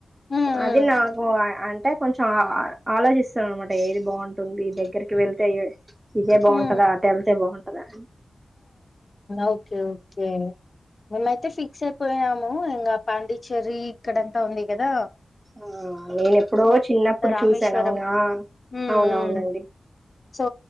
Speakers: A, on the left; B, on the right.
A: హ్మ్. హ్మ్.
B: అది నాకు అంటే కొంచెం ఆ ఆలోచిస్తాను అనమాట ఏది బాగుంటుంది దగ్గరికి వెళ్తే ఇదే బాగుంటదా
A: హ్మ్.
B: ఆట వెళ్తే బాం అలా
A: ఓకే ఓకే మేమైతే ఫిక్స్ అయిపోయినాము ఇంకా పాండిచ్చరి ఇక్కడంతా ఉంది కదా
B: ఆ నేను ఎప్పుడో చిన్నప్పుడు
A: రామేశ్వరం.
B: చూసాను అవునా
A: హ్మ్.
B: అవునవునండి
A: హ్మ్. సో